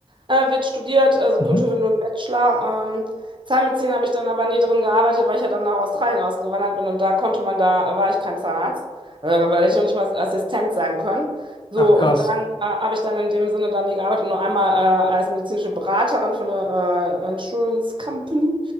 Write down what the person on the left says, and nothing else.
Mhm.
Ach krass.